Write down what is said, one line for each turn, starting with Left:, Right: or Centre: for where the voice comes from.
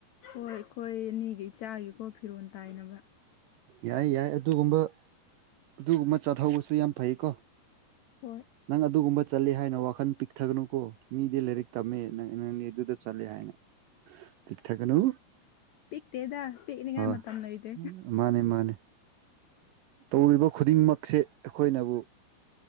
Left: ꯍꯣꯏ ꯑꯩꯈꯣꯏ ꯑꯅꯤꯒꯤ ꯏꯆꯥꯒꯤꯀꯣ ꯐꯤꯔꯣꯜ ꯇꯥꯏꯅꯕ
Right: ꯌꯥꯏ ꯌꯥꯏ ꯑꯗꯨꯒꯨꯝꯕ ꯑꯗꯨꯒꯨꯝꯕ ꯆꯥꯊꯧꯕꯁꯨ ꯌꯥꯝ ꯐꯩꯀꯣ
Left: ꯍꯣꯏ
Right: ꯅꯪ ꯑꯗꯨꯒꯨꯝꯕ ꯆꯠꯂꯦ ꯍꯥꯏꯅ ꯋꯥꯈꯜ ꯄꯤꯛꯊꯒꯅꯨꯀꯣ ꯃꯤꯗꯤ ꯂꯥꯏꯔꯤꯛ ꯇꯝꯃꯦ ꯅꯪꯅꯦ ꯑꯗꯨꯗ ꯆꯠꯂꯦ ꯍꯥꯏꯅ ꯄꯤꯛꯊꯒꯅꯨ
Left: ꯄꯤꯛꯇꯦꯗ ꯄꯤꯛꯅꯤꯉꯥꯏ
Right: ꯍꯣꯏ
Left: ꯃꯇꯝ ꯂꯩꯇꯦ
Right: ꯃꯥꯅꯦ ꯃꯥꯅꯦ ꯇꯧꯔꯤꯕ ꯈꯨꯗꯤꯡꯃꯛꯁꯦ ꯑꯩꯈꯣꯏꯅꯕꯨ